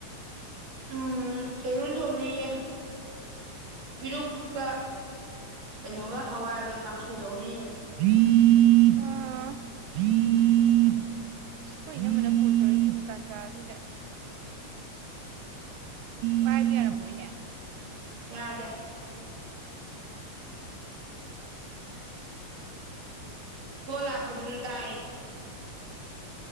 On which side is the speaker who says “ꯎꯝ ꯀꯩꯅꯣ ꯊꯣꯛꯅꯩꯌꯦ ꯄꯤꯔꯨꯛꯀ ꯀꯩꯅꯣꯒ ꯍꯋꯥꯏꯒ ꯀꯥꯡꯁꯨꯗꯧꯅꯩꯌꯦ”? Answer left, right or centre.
Right